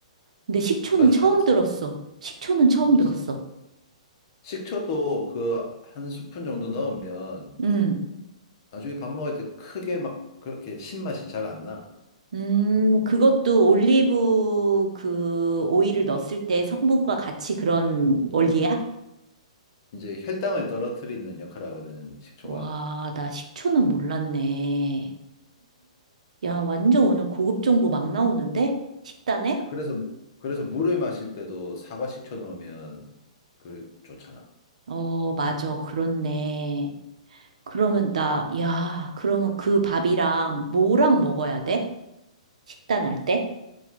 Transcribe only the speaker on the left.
아주
잘했어.
음,
시- 식초도 그 한 스푼 정도 넣으면
나중에 밥 먹을 때 크게 막 그렇게 신맛이 잘 안 나.
이제 혈당을 떨어뜨리는 역할을 하거든, 식초가.
그래서, 그래서 물을 마실 때도 사과 식초 넣으면 그 좋잖아.